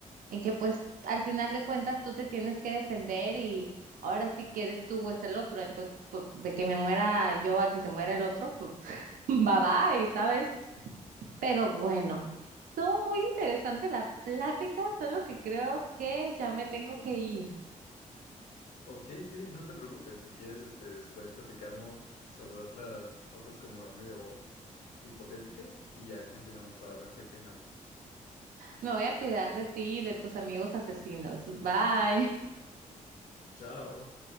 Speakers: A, on the right; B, on the left.
A: en que pues al final de cuentas tú te tienes que defender y ahora sí que eres tú o es el otro. Entonces, pues de que me muera yo a que se muera el otro, pues <laughs> bye bye, ¿sabes? Pero bueno, estuvo muy interesante la plática, solo que creo que ya me tengo que ir.
B: Ok, sí, no te preocupes, si quieres, este, después platicamos sobre otras cosas como medio hipotéticas y ya continuamos para ver qué opinamos.
A: Me voy a cuidar de ti y de tus amigos asesinos. Bye.
B: Chao.